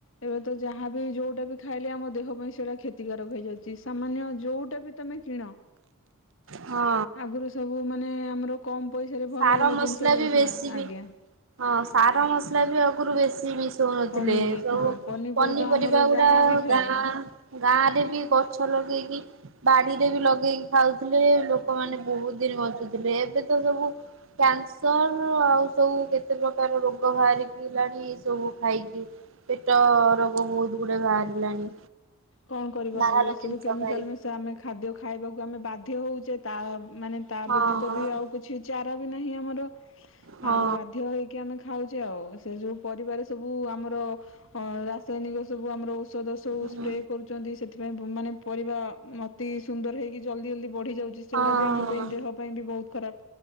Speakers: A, on the left; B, on the right.
A: ଏବେ ତ ଯାହାବ ଯୋଉଟା ବି ଖାଇଲେ ଆମ ଦେଖ ପାଇଁ ସେଇଟା କ୍ଷତିକାରକ ହେଇଯାଉଛି ସାମାନ୍ୟ ଯଉଁ ତମେ କିଣ
B: ହଁ
A: ଆଗରୁ ସବୁ ମାନେ ଆମର କମ ପଇସାରେ ଭଲ
B: ସାର
A: ଭଲ
B: ମସଲା
A: ଜିନିଷ ମିଳୁଥିଲା
B: ବି ବେଶୀ ବି
A: ଆଜ୍ଞା।
B: ହଁ ସାର ମସଲା ବି ଆଗରୁ ବେଶି ମିଶି ଶୁଣୁଥିଲେ
A: ପନି
B: ସବୁ
A: ହଁ
B: ପନିପରିବା
A: ଆମର ଯାହାବି
B: ଗୁଡ଼ା
A: ଖାଇବା
B: ଗାଁ ଗାଁରେ ବି ଗଛ ଲଗେଇକି ବାଡିରେ ବି ଲଗେଇକି ଖାଉଥିଲେ ଲୋକମାନେ ବହୁତ ଦିନ ବଞ୍ଚୁଥିଲେ ଏବେ ତ ସବୁ କ୍ୟାନସର ଆଉ ସବୁ କେତେ ପ୍ରକାର ରୋଗ ବାହାରିଲାଣି ଏ ସବୁ ଖାଇକି ପେଟ ରୋଗ ବହୁତ ଗୁଡାଏ ବାହାରିଲାଣି।
A: କଣ କରିବା
B: ବାହାର
A: ଆଉ ଏସବୁ
B: ଜିନିଷ
A: କେମିକାଲ
B: ଖାଇକି।
A: ମିଶା ଆମେ ଖାଦ୍ୟ ଖାଇବାକୁ ଆମେ ବାଧ୍ୟ ହଉଛୁ। ଯେ ତା ମାନେ ତା
B: ହଁ
A: ବ୍ୟତୀତ ବି ଆଉ କିଛି ଚା ବାଟ ବି ନାହିଁ ଆମର।
B: ହଁ
A: ଆଉ ବାଧ୍ୟ ହେଇକି ଆମେ ଖାଉଛି ଆଉ ସେ ଯୋଉ ପରିବାର ସବୁ ଆମର ଅ ରାସାୟନିକ ସବୁ ଆମର <unintelligible>
B: ହଁ
A: କରୁଛନ୍ତି ସେଥିପାଇଁ ମାନେ ପରିବା ମତି ସୁନ୍ଦର ହେଇକି ଜଲଦି ଜଲଦି ବଢି ଯାଉଛି ସେଗୁଡା
B: ହଁ
A: ବି ଆମ ପାଇଁ ଦେହ ପାଇଁ ବି ବହୁତ ଖରାପ